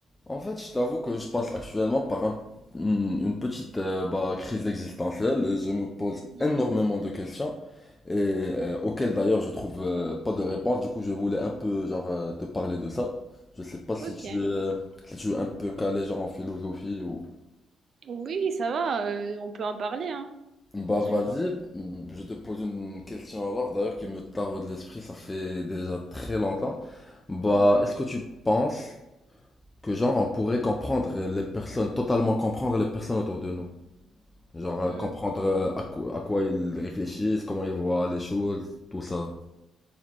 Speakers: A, on the left; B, on the right.
A: En fait, je t'avoue que je passe actuellement par un- une une petite euh, bah, crise existentielle et je me pose
B: Mhm.
A: énormément de questions et euh, auxquelles d'ailleurs je trouve euh, pas de réponse. Du coup, je voulais un peu genre euh, te parler de ça. Je sais pas si
B: Ok.
A: tu es euh, si tu es un peu calé genre en philosophie ou
B: Oui, ça va, euh, on peut en parler, hein.
A: bah
B: Dis-moi.
A: vas-y, mm, je te pose une question alors d'ailleurs qui me taraude l'esprit, ça fait déjà très longtemps. Bah,
B: Ouais.
A: est-ce que tu penses que genre on pourrait comprendre les personnes, totalement comprendre les personnes autour de nous? Genre euh,
B: Hum,
A: comprendre euh,
B: hum.
A: à quoi, à quoi ils réfléchissent, comment ils voient les choses, tout ça.